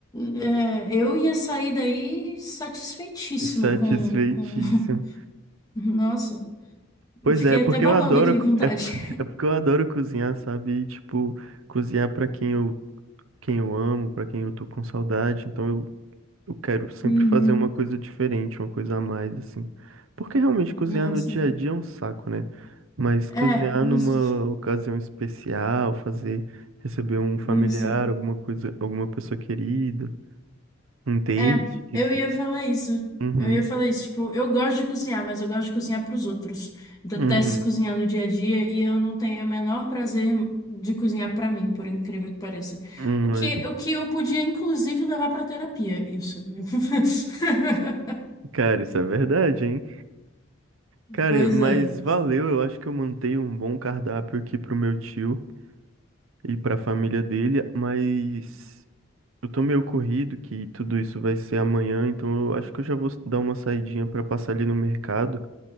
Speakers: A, on the left; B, on the right.
A: É, eu ia sair daí satisfeitíssima
B: É Satisfeitíssimo.
A: com, com... <laughs> Nossa,
B: Pois
A: eu fiquei
B: é, é porque
A: até babando
B: eu adoro,
A: aqui,
B: co-
A: vontade.
B: é, p- <laughs> é porque eu adoro cozinhar, sabe? E, tipo, cozinhar para quem eu, quem eu amo, para quem eu tô com saudade. Então Eu quero sempre
A: Uhum.
B: fazer uma coisa diferente, uma coisa a mais, assim. Porque realmente cozinhar
A: Nossa.
B: no dia a dia é um saco, né? Mas
A: É,
B: cozinhar
A: isso.
B: numa ocasião especial, fazer, receber um familiar,
A: Isso.
B: alguma coisa, alguma pessoa querida, um date,
A: É,
B: que
A: eu
B: seja.
A: ia falar isso.
B: Uhum,
A: Eu ia falar isso. Tipo, eu gosto de cozinhar, mas eu gosto de cozinhar para os outros. Detesto
B: uhum.
A: cozinhar no dia a dia e eu não tenho o menor prazer de cozinhar para mim, por incrível que pareça.
B: Hum,
A: O que,
B: é.
A: o que eu podia, inclusive, levar para terapia, isso. <laughs>
B: Cara, isso é verdade, hein? Cara,
A: Pois
B: mas
A: é.
B: valeu, eu acho que eu mantenho um bom cardápio aqui pro meu tio e pra família dele, mas Eu tô meio corrido que tudo isso vai ser amanhã, então eu acho que eu já vou dar uma saidinha pra passar ali no mercado.